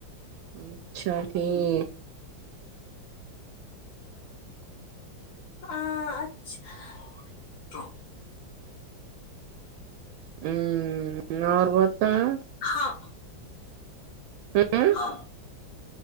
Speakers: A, on the right (about 85°); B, on the left (about 75°).
A: اچھا ٹھیک
B: ہ اچھا تو
A: ہوں اورور بتا
B: ہاں
A: ہ
B: ہاں